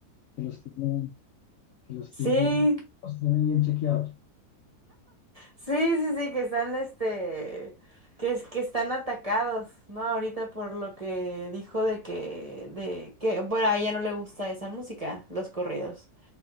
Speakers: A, on the left; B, on the right.
A: que los tiene, que los tiene,
B: Sí,
A: los tiene bien chequeados.
B: sí, sí, sí, que están, este, que es que están atacados, ¿no? Ahorita por lo que dijo de que, de que, bueno, a ella no le gusta esa música, los corridos.